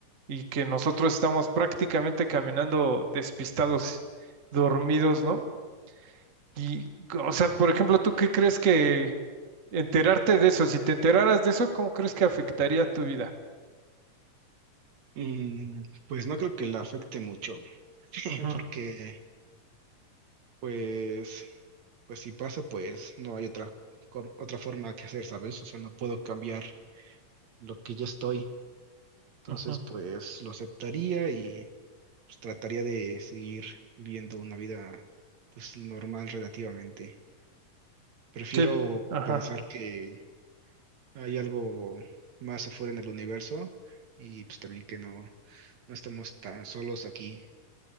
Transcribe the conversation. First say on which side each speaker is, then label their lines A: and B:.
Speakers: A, on the right; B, on the right.
A: y que nosotros estamos prácticamente caminando despistados, dormidos, ¿no? Y, o sea, por ejemplo, ¿tú qué crees que enterarte de eso, si te enteraras de eso, ¿cómo crees que afectaría tu vida?
B: Mm, pues no creo que la afecte mucho, <laughs>
A: Ujú,
B: porque pues, pues si pasa, pues no hay otra, cor- otra forma que hacer, ¿sabes? O sea, no puedo cambiar lo que ya estoy. Entonces,
A: ujú.
B: pues lo aceptaría pues trataría de seguir viviendo una vida pues normal relativamente. Prefiero
A: Sí, ajá,
B: pensar que hay algo más afuera en el universo y pues también que no, no estamos tan solos aquí.